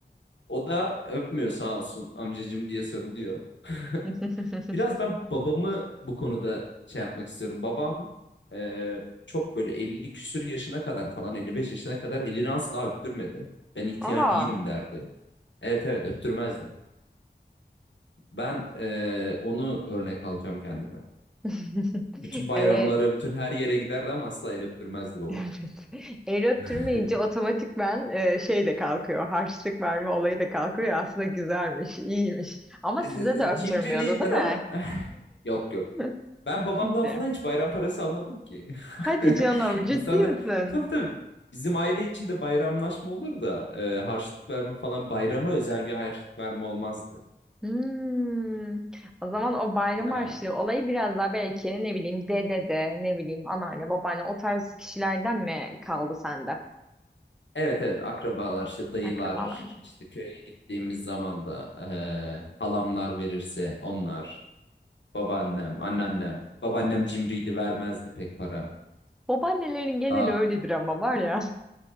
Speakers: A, on the left (about 80°); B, in the centre.
A: O da öpmüyor sağ olsun amcacım diye sarılıyor. <laughs>
B: <laughs>
A: Biraz ben babamı bu konuda şey yapmak istiyorum. Babam e, çok böyle 50 küsür yaşına kadar falan 55 yaşına kadar elini asla öptürmedi. Ben ihtiyar
B: Aa.
A: değilim derdi. Evet evet öptürmezdi. Ben e, onu örnek alacağım kendime.
B: <laughs>
A: Bütün bayramlara,
B: E,
A: bütün her yere giderdi ama asla el öptürmezdi babam.
B: Evet. El öptürmeyince
A: <laughs>
B: otomatik ben e, şey de kalkıyor. Harçlık verme olayı da kalkıyor. Aslında güzelmiş, iyiymiş. Ama
A: E,
B: size
A: e,
B: de öptürmüyordu
A: Cimriliğinden
B: değil
A: ama.
B: mi?
A: <laughs> Yok yok.
B: <laughs>
A: Ben babamdan
B: Kimse.
A: falan hiç bayram parası almadım ki.
B: Hadi canım,
A: <laughs>
B: ciddi
A: İnsanlar
B: misin?
A: tabii tabii bizim aile içinde bayramlaşma olur da e, harçlık verme falan bayrama özel bir harçlık verme olmazdı.
B: Hmm. O zaman o bayram
A: Ya
B: harçlığı olayı biraz daha belki ne bileyim dede de ne bileyim anneanne babaanne o tarz kişilerden mi kaldı sende?
A: evet evet akrabalar işte dayılar
B: Akrabalarda.
A: işte köye gittiğimiz zaman da e, halamlar verirse onlar babaannem anneannem babaannem cimriydi vermezdi pek para.
B: Babaannelerin geneli
A: Aa,
B: öyledir ama var ya.